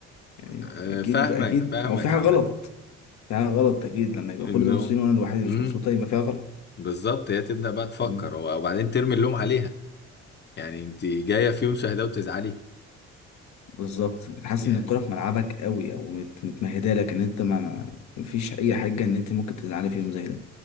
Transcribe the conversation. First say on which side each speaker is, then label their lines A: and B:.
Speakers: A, on the left; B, on the left.
A: يعني
B: آه،
A: اكيد
B: فاهمك
A: اكيد
B: فاهمك
A: او في حاجه
B: عامه
A: غلط في حاجه غلط اكيد لما يبقى
B: انه
A: كل دول مبسوطين وانا الوحيد اللي
B: امم
A: مش مبسوطه يبقى فيها غلط
B: بالظبط هي تبدا بقى تفكر
A: مم.
B: وبعدين ترمي اللوم عليها يعني انت جايه في يوم شهداء وتزعلي
A: بالظبط بتحس
B: يعني
A: ان الكرة في ملعبك قوي او مت- متمهده لك ان انت ما ما- مفيش اي حاجه ان انت ممكن تزعلي في يوم زي ده